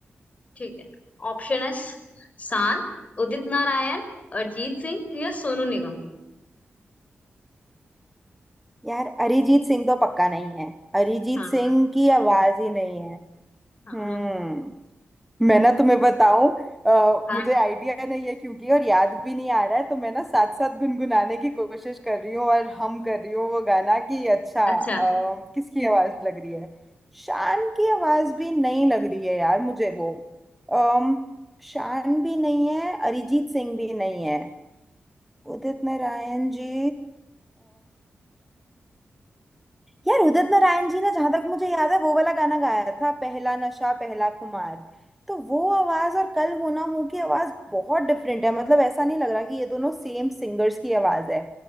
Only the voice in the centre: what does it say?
यार अरिजीत सिंह तो पक्का नहीं है अरिजीत
सिंह की आवाज ही नहीं है
हम्म मैं ना तुम्हें बताऊं अ,
मुझे आइडिया नहीं है क्योंकि और याद भी नहीं आ रहा है तो मैं ना साथ साथ गुनगुनाने की कोशिश कर रही हूँ और हम कर रही हूँ वो गाना कि अच्छा अ,
किसकी आवाज लग रही है शान की आवाज भी नहीं लग रही है यार मुझे वो अम, शान भी नहीं है अरिजीत सिंह भी नहीं है उदित नारायण जी यार उदित नारायण जी ने जहां तक मुझे याद है वो वाला गाना गाया था पहला नशा पहला खुमार तो वो आवाज और कल होना हो की आवाज बहुत डिफरेंट है मतलब ऐसा नहीं लग रहा कि ये दोनों सेम सिंगर्स की आवाज है